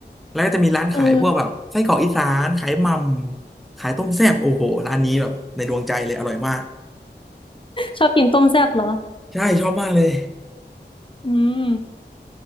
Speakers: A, in the centre; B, on the left.
A: แล้วก็จะมีร้านขายพวกแบบไส้กรอกอีสานขายหม่ำขายต้มแซ่บโอ้โหร้านนี้แบบในดวงใจเลยอร่อยมาก
B: เออชอบกินต้มแซ่บเหรอ
A: ใช่ชอบมากเลย
B: อืม